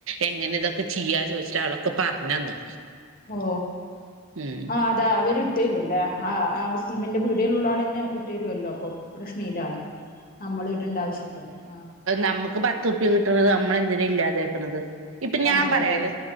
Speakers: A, on the right (about 75°); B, on the left (about 45°).
A: എങ്ങനെ ഇതൊക്കെ ചെയ്യാ ചോദിച്ചിട്ട് അവളൊക്കെ പറഞ്ഞന്നു.
B: ഓ
A: ഉം
B: ആ...... ഇതാ അവര് ഇട്ടേരുല്ലേ ആ സിം ന്റ് പിടിയിലുള്ള ആള ന്നെ ഇട്ടുേരുല്ലോ അപ്പോ....... പ്രശ്ന ഇല്ലാലോ നമ്മൾ ഇടേണ്ട ആവശ്യമില്ല ആഹ......
A: നമ്മുക്ക് പത്തു... <unintelligible> ങ്ക്യയ കിട്ടണത് നമ്മള എന്തിനും ഇല്ലാതക്കണുന്നത് ഇപ്പൊ ഞാൻ...
B: അതെ
A: പറയാാലോ
B: അതെ